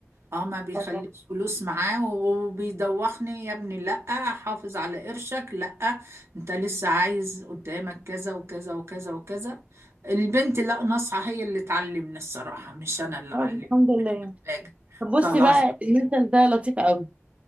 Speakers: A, on the right; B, on the right.
A: اه ما بيخليش
B: طب
A: فلوس معاه وبيدوخني يا ابني لأ حافظ على قرشك لأ انت لسه عايز قدامك كذا وكذا وكذا وكذا البنت لأ ناصحة هي اللي تعلمنا الصراحة مش انا اللي
B: طب
A: علمت
B: الحمد لله
A: مش محتاجة
B: طب بصي
A: طلع
B: بقى
A: خلاص
B: المثل ده لطيف قوي